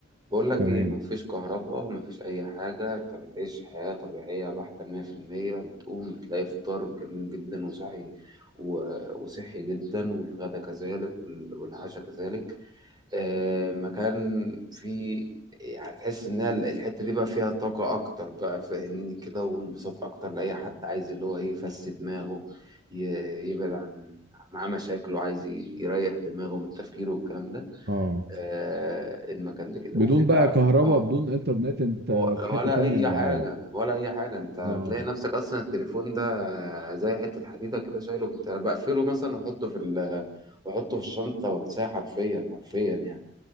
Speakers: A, on the right; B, on the right.
A: بقول لك
B: تمام
A: ايه مفيش كهرباء مفيش اي حاجة انت بتعيش حياة طبيعية بحتة مية في المية بتقوم بتلاقي فطار جميل جدا وصحي و- وصحي جدا والغدا كذلك وال- والعشاء كذلك آه، مكان فيه يعني تحس ان الحته دي بقى فيها طاقه اكتر بقى فاهمني كده وانبساط اكتر لاي حد عايز اللي هو ايه يفسد دماغه ي- يبعد عن معاه مشاكل وعايز ي- يريح دماغه من التفكير والكلام ده
B: اه
A: آه المكان ده كده
B: بدون
A: وفي بقى
B: بقى كهرباء
A: اه
B: بدون انترنت انت
A: و-
B: في حتة
A: ولا
B: تانية
A: اي
B: من العالم
A: حاجه ولا اي حاجه انت هتلاقي
B: اه
A: نفسك اصلا التليفون ده زي حته حديده كده شايله في- انا بقفله مثلا واحطه في ال واحطه في الشنطه وانساه حرفيا حرفيا يعني